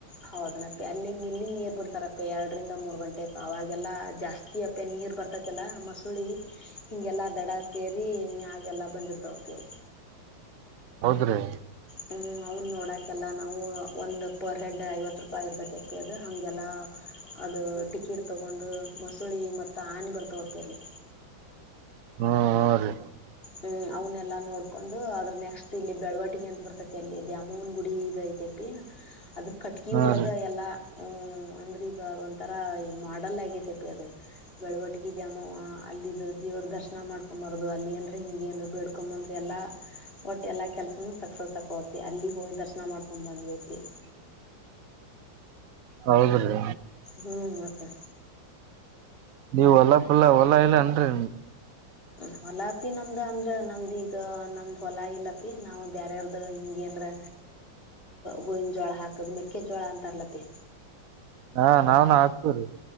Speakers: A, on the left (about 30°); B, on the right (about 65°).
A: ಹೌದನಪ್ಪ ಅಲ್ಲಿ ಮಲ್ಲಿನ್ ನೀರ್ ಬಿಡ್ತಾರಪ್ಪ ಎರಡರಿಂದ ಮೂರ್ ಗಂಟೆ ಅವಾಗೆಲ್ಲಾ ಜಾಸ್ತಿ ಅಪೆ ನೀರ್ ಬರ್ತತಿಲ್ಲ ಮಸುಳಿ ಹಿಂಗೆಲ್ಲಾ ದಡ ಸೇರಿ ಮ್ಯಾಗ ಎಲ್ಲಾ ಬಂದಿರ್ತಾವತವು
B: ಹೌದ್ರಿ
A: ಹ್ಮ್ ಅವನ್ ನೋಡಾಕೆಲ್ಲಾ ನಾವು ಒಂದ್ ಪರ್ ಹೆಡ್ ಐವತ್ ರೂಪಾಯಿ ಇರ್ಬೇಕೇತಿ ಎಪ್ಪದ ಹಗೆಲ್ಲ ಅದ ಟಿಕಿಟ್ ತಗೊಂಡು ಮಸುಳಿ ಮತ್ತ ಆನಿ ಬರ್ತಪೆ ಅಲ್ಲಿ
B: ಹ್ಮ ಹ ರೀ
A: ಹ್ಮ್ ಅವ್ನ್ನೆಲ್ಲಾ ನೋಡ್ಕೊಂಡು ಅ್ರ ನೆಕ್ಸ್ಟ್ ಇಲ್ಲಿ ಬೆಳವಟಿಗೆ ಅಂತ ಬರ್ತೈತಿ ಅಲ್ಲಿ ಅಮವನ್ ಗುಡಿ ಇದಐತೆ ಅದ ಕಟ್ಕಿ
B: ಹಾ
A: ಒಳಗ
B: ರೀ
A: ಎಲ್ಲಾ ಹ್ಮ ಅಂದ್ರೆ ಈಗ ಅದ ಒಂಂತರಾ ಮಾಡಲ್ ಆಗೇತೆಪಿ ಅದ್ ಬೆಳವಟ್ಟಗಿ ಜ್ಯಾಮ ಅಲ್ಲಿದ್ದ ದೇವರು ದರ್ಶನ ಮಾಡ್ಕೊಂಬಾರದು ಅಲ್ಲಿ ಏನರ ಹಿಂಗೆ ಏನ ಬೇಡ್ಕೊಂಬಂದ್ರೆ ಎಲ್ಲ ಒಟ್ಟ ಎಲ್ಲಾ ಕೆಲ್ಸನು ಸಕ್ಸಸ್ ಆಕೋಪಿ ಅಲ್ಲಿ ಹೋಗಿ ದರ್ಶನ ಮಾಡ್ಕೊಂಡ್ ಬಂದ್ವಿಪಿ
B: <inaudible> ಹೌದ್ರೀ
A: ಹ್ಮ್ ಮತ್ತೆ
B: ನೀವು ಹೊಲ್ಲಾ ಪುಲ್ಲ ಹೊಲಾ ಇಲ್ಲ ಎನ್ರಿ
A: ಹೊಲಾಪಿ ನಮ್ದ್ ಅಂದ್ರ ನಮ್ದ ಈಗ ನಮ್ದ್ ಹೊಲಾ ಇಲ್ಲಪಿ ನಾವ್ ಬ್ಯರ್ಯಾರ್ದ ಹಿಂಗೆ ಯಾಂದ್ರ ಗೋವಿನ ಜೋಳ ಹಾಕದ ಮೆಕ್ಕೆಜೋಳ ಅಂತಾರಲತಿ
B: ಹಾ ನಾವ್ನ ಆಗ್ತವ್ರೀ